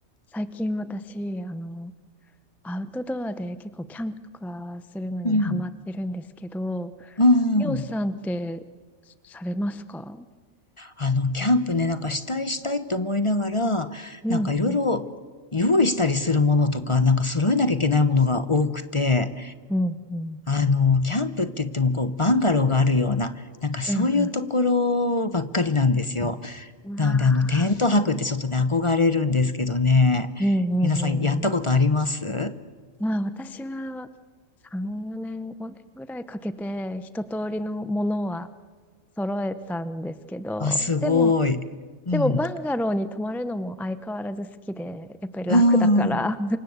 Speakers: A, in the centre; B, on the left (about 25°).
A: 最近私、あの、アウトドアで結構キャンプとかするのにハマってるんですけど、
B: うん。うんうん。
A: ミオさんってされますか
B: あの、キャンプね、なんかしたいしたいって思いながら、
A: うん、
B: なんかいろいろ用意したりするものとか、
A: うん、
B: なんか揃えなきゃいけないものが多くて、
A: うん、うん、
B: あの、キャンプって言ってもこう、バンガローがあるような、なんかそういうところばっかりなんですよ。
A: うん、うん。
B: なので、
A: ああ、
B: あの、テント泊ってちょっとね、憧れるんですけどね。
A: うん、
B: 皆さんやったことあります
A: うん、うん、うん。まあ私は3、4年、5年ぐらいかけて一通りのものは揃えたんですけど、
B: あ、すごい。
A: でも、
B: うん。
A: でもバンガローに泊まるのも相変わらず好きで、やっぱり楽だから、
B: うん。